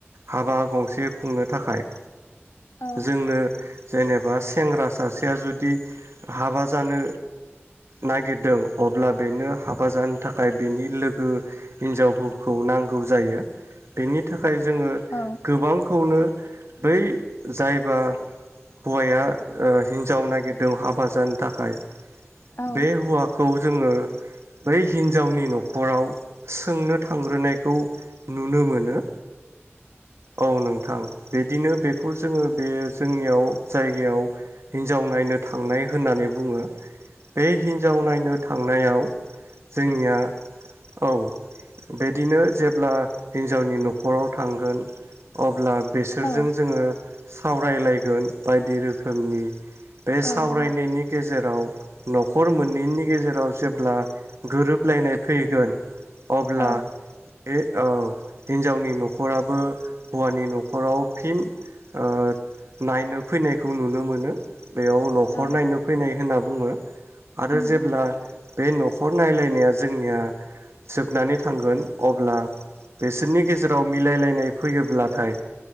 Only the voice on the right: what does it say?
हाबा गंसे खुंनो थाखाय
जोंनो जेनेबा सेंग्रा सासेया जुदि हाबा जानो नागिरदों अब्ला बेनो हाबा जानो थाखाय बेनि लोगो हिन्जावफोरखौ नांगौ जायो। बेनि थाखाय जोङो
गोबांखौनो बै जायबा हौवाया ओ हिन्जाव नागिरदों हाबा जानो थाखाय
बे हौवाखौ जोङो बै हिन्जावनि न'खराव सोंनो थांग्रोनायखौ नुनो मोन नो, औ नोंथां बिदिनो बेखौ जोङो बे जोंनियाव जायगायाव हिन्जाव नायनो थांनाय होननानै बुंङो। बे हिन्जाव नायनो था थांनायाव जोंनिया औ बेदिनो जेब्ला हि न्जावनि नखराव थांगोन अब्ला बेसोरजों
जोङो सावरायलायगोन बायदि रोखोमनि बे
सावरायनायनि गेजेर राव नखर मोन्नैनि गेजेराव जेब्ला गोरोबलायनाय फैगोन अब्ला
ए औ। हिन्जावनि न'खराबो हौवानि न'खराव फिन ओ नायनो फैनायखौ नुनो मोनो बेयाव न'खर
नायनो फैनाय होनना बुङो आरो
जेब्ला बे नखर नायलायनाया जोंनिया जोबनानै थांगोन अब्ला बे सो नि गेजेराव मिलायलायनाय फैयोब्लाथाय